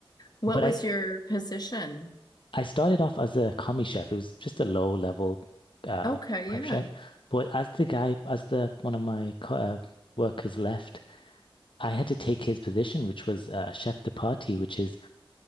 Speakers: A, on the left; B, on the left.
A: What
B: But
A: was
B: I,
A: your position?
B: I started off as a commie chef, It was just a low level uh,
A: Okay,
B: prep
A: yeah.
B: chef. But as the guy, as the one of my co uh, workers left, I had to take his position, which was uh, chef de partie, which is